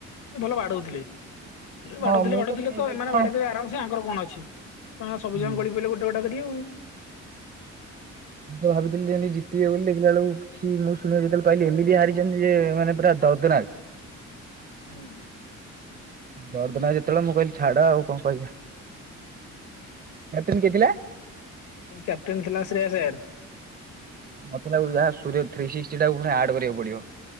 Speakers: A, on the left; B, on the right.
A: ସେ ଭଲ ବାଡଉଥିଲେ।
B: ହଁ
A: ବାଡୁଥିଲେ,
B: ମୁଁ
A: ବାଡୁଥିଲେ
B: ଶୁଣିବାକୁ
A: ତ
B: ପାଇଛି
A: ଏମାନେ
B: କଣ
A: ବାଡେଇ ଦେବେ ଆରାମସ ଆଙ୍କର କଣ ଅଛି? ତେ
B: ହୁଁ
A: ସବୁ ଜଣ ଗଡି ପିଇଲେ, ଗୋ ଗୋଟ କରି।
B: ମୁଁ ତ ଭାବିଥିଲି ଯେମତି ଜିତିବି ବୋଲି, ଦେଖିଲା ଵେ ଳକୁ କିଛି ମୁଁ ଶୁଣିବାକୁ, ଯେତେବେଳେ ପାଇଲିି ଏମିତି ହାରିଛନ୍ତି ଯେ, ମାନେ ପୁରା ଦଉଦ୍ଦନାଗ <unintelligible>
A: ହୁଁ
B: ଦରଦିନ ଯେତେବେଳେ, ମୁଁ କହିଲି ଛାଡ ଆଉ କଣ କହିବା। ଏତନ କେଥି ଲା <unintelligible>
A: କ୍ୟାପଟେନ୍ ଥିଲା ଶ୍ରେୟା ସର।
B: ମତେ ଯାହା ସଥ ଟାକୁ ପଣି ଆଡ କରିବାକୁ ପଡିବ।